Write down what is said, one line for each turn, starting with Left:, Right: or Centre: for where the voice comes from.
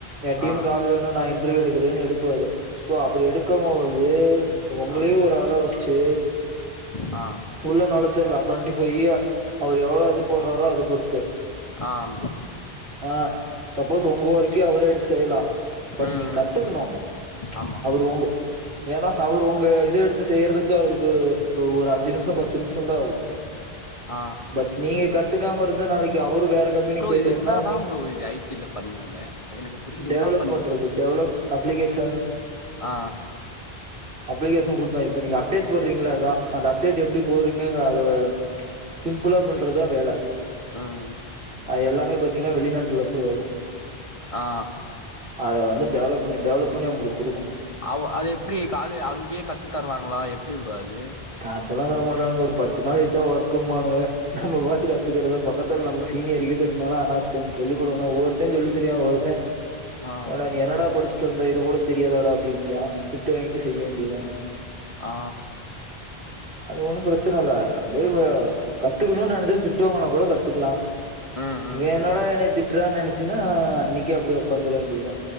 Right: ஏ டீமுக்கு
Left: ஆ ஆ
Right: ஆள் வேணு நா இன்டர்வியூ எடுக்கிறேன்னு எடுப்பாரு சோ அப்டி
Left: ஓகே
Right: எடுக்கம் போது உங்களயும்
Left: ஆ
Right: ஒரு ஆளா வச்சு
Left: ஆ
Right: உள்ள நொழச்சர்லா ட்வெண்ட்டி ஃபைவ்யர் அவர் எவ்வளோ இது போடுறாரோ அத பொறுத்து
Left: ஆ அம்பு
Right: ஆ சப்போஸ் ஒங்க ஒருக்கயு அவரே எடுத்து செய்யலா பட்
Left: ம் ம்
Right: நீங்க கத்துக்கணு
Left: ஆமா
Right: அவரு ஒங்க ஏன்னா அவரு ஒங்க இத எடுத்து செய்யறதுக்கு அவருக்கு ஒரு அஞ்சு நிமிஷ பத்து நிமிஷந்தா ஆகும்
Left: ஆ
Right: பட் நீங்க கத்துக்காம இருந்தா நாளைக்கு அவரு வேற கம்பெனிக்கு
Left: ப்ரோ
Right: போயிட்டாருன்னா
Left: இது என்னாதா
Right: நீ
Left: ப்ரோ இது ஐ டி ல பண்ணுவாங்க எனக்கு புரியல
Right: டெவலப்
Left: என்னா பண்ணு
Right: பண்றது டெவலப் அப்ளிகேஷன்
Left: ஆ
Right: அப்ளிகேஷன் குடுத்தோ இப்ப நீங்க அப்டேட் போடுறீங்கல்ல அதா அந்த அப்டேட் எப்டி போடுறீங்க அத சிம்பிளா பண்றதுதா வேல
Left: ம்
Right: அது எல்லாமே பாத்தீங்கன்னா வெளிநாட்டுல இருந்து வரும்
Left: ஆ
Right: அத வந்து டெவலப் பண்ணி டெவலப் பண்ணி அவங்களுக்கு குடுக்கணு
Left: அவ அது எப்டி கால அங்கேயே கத்து தருவாங்களா எப்டி ப்ரோ அது
Right: கத்தெல்லா தர மாட்டானுங்க ஒரு பத்து நாள் இதுதான் ஒர்கும்பானுங்க நம்ம பாத்து கத்துக்கறதா பக்கத்துல நமக்கு சீனியருகீது இருந்தானா அண்ணா கொஞ்ச சொல்லி குடுங்கன்னா ஒவொரு தன் சொல்லி தரிவியா ஒருத்தெ
Left: ஆ
Right: ஏடா நீ என்னடா படிச்சுட்டு வந்த இத கூட தெரியாதாடா அப்பிடிம்பியா திட்டு வாங்கிட்டு செய்ய வேண்டியதுதா
Left: ஆ
Right: அது ஒண்ணு பிரச்சன இல்ல அப்டியே கத்துக்கணும்னு நெனைச்சா திட்டுவாங்கனா கூட கத்துக்கலா
Left: ம் ம்
Right: இவ என்னடா என்னய திட்டுறான்னு நினச்சின்னா அன்னைக்கே அப்டியே உக்காந்துர வேண்டியதுதா